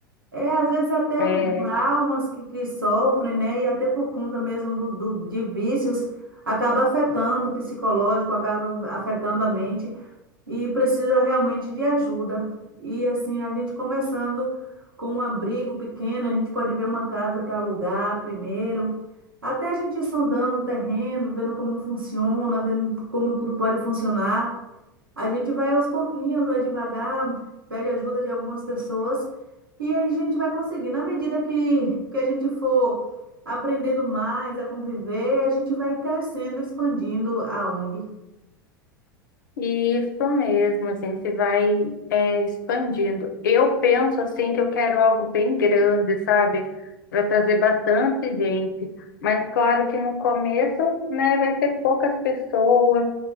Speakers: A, on the right (about 80°); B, on the left (about 60°).
A: É, às vezes até
B: É,
A: um traumas que, que sofrem, né? E até por conta mesmo do, do, de vícios, acaba afetando o psicológico, acaba afetando a mente e precisa realmente de ajuda. E assim, a gente começando com um abrigo pequeno, a gente pode ver uma casa para alugar primeiro, até a gente ir sondando o terreno, vendo como funciona, vendo como tudo pode funcionar. A gente vai aos pouquinhos, vai devagar, pede ajuda de algumas pessoas e aí a gente vai conseguir. Na medida que, que a gente for aprendendo mais a conviver, a gente vai crescendo, expandindo a ONG.
B: Isso mesmo, a gente vai é, expandindo. Eu penso assim que eu quero algo bem grande, sabe? Para trazer bastante gente. Mas claro que no começo, né, vai ser poucas pessoas